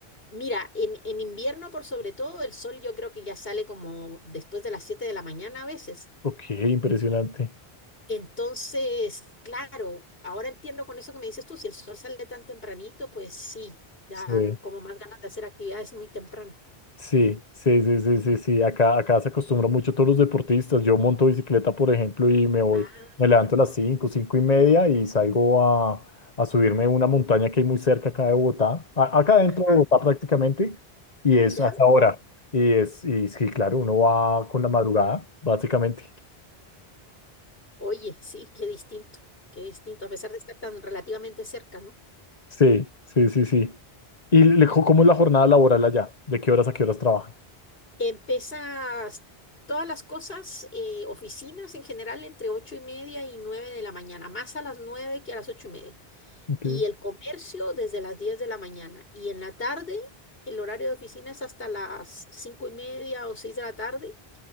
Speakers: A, on the left (about 65°); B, on the left (about 40°).
A: Mira, en, en invierno por sobre todo el sol yo creo que ya sale como después de las 7 de la mañana a veces.
B: Ok, impresionante.
A: Entonces, claro, ahora entiendo con eso que me dices tú, si el sol sale tan tempranito, pues sí, dan
B: Sí.
A: como más ganas de hacer actividades muy temprano.
B: Sí, sí, sí, sí, sí, sí. Acá, acá se acostumbran mucho todos los deportistas. Yo monto bicicleta, por ejemplo, y me voy,
A: Ah,
B: me levanto a las 5, 5 y media y salgo a, a subirme una montaña que hay muy cerca acá de Bogotá, a- acá dentro
A: ajá,
B: de Bogotá prácticamente, y es
A: ya.
B: a esa hora. Y es, y sí, claro, uno va con la madrugada, básicamente.
A: Oye, sí, qué distinto, qué distinto, a pesar de estar tan relativamente cerca, ¿no?
B: Sí, sí, sí, sí. ¿Y le- cómo
A: Tú
B: es la jornada laboral allá? ¿De qué horas a qué horas trabajan?
A: Empiezas todas las cosas, eh, oficinas en general, entre ocho y media y nueve de la mañana, más a las nueve que a las ocho y media.
B: Ok.
A: y el comercio desde las 10 de la mañana. Y en la tarde, el horario de oficina es hasta las 5 y media o 6 de la tarde